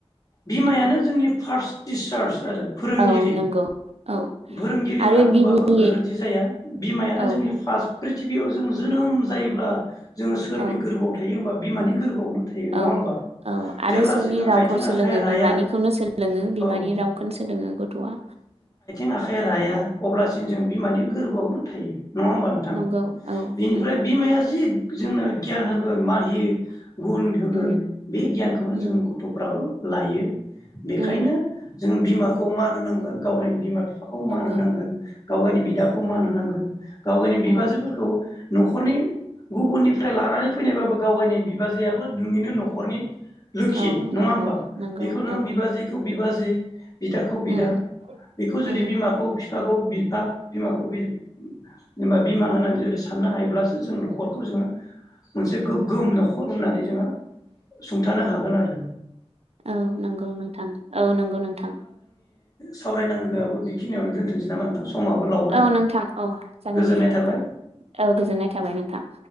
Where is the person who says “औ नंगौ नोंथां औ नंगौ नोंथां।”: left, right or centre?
Right